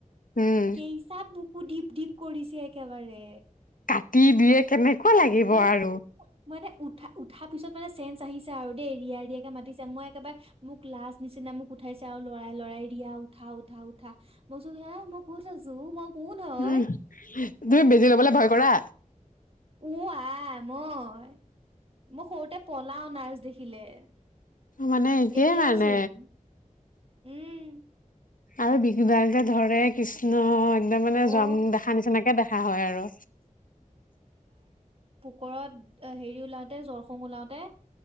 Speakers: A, on the left; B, on the right.
A: উম
B: কেইচাত বুকু ধিপ ধিপ কৰিছে একেবাৰে।
A: কাটি দিয়ে কেনেকুৱা লাগিব
B: উ
A: আৰু।
B: মানে উঠা উঠা পিছত মানে চেন্ঞ্চ আহিছে আৰু দেই ৰিয় ৰিয় মাতিছে মই একেবাৰে মোক লাজ নিচিনা মোক উঠাইছে আৰু লৰাই লৰাই দিয়া। উঠা উঠা উঠা মইচো হ মই কত আছো মই কোন হয়
A: উম তুমি বেজি লবলে ভয় কৰা
B: উ আহ মই মোৰ সৰুতে পলাও নাৰ্ছ দেখিলে।
A: মানে একেই
B: এতিয়াও
A: মানে
B: চিম উম।
A: আৰু বিহু দাল ধৰে কৃষ্ণ তে মানে
B: অ
A: যাম দেখা নিচিনাকে দেখা হয় আৰু
B: ওকৰত হেৰি ওলাওতে জৰখং ওলাওতে